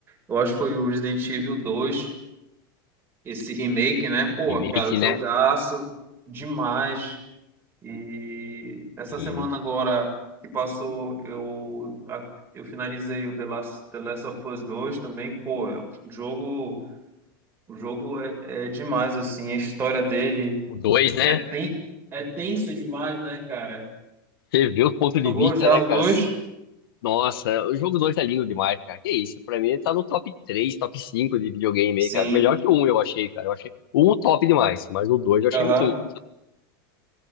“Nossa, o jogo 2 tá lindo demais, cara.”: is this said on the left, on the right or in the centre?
Left